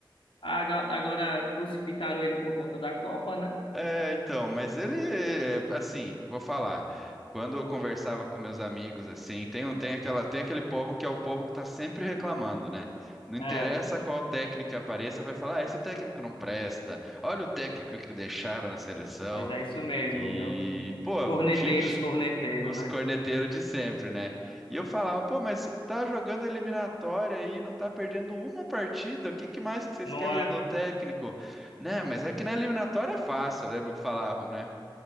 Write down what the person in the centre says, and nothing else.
É, então, mas ele, é, assim, vou falar. Quando eu conversava com meus amigos, assim, tem, um- tem aquela, tem aquele povo que é o povo que tá sempre reclamando, né? Não interessa
qual técnico que apareça, vai falar, ah, esse técnico não presta. Olha o técnico que deixaram na seleção.
E,
pô,
o Tite,
os
corneteiros de sempre, né? E eu falava, pô, mas tu tá jogando eliminatória aí, não tá perdendo uma partida, o que que mais que vocês
querem
de um técnico? Né, mas é que na eliminatória é fácil, eu lembro que falavam, né?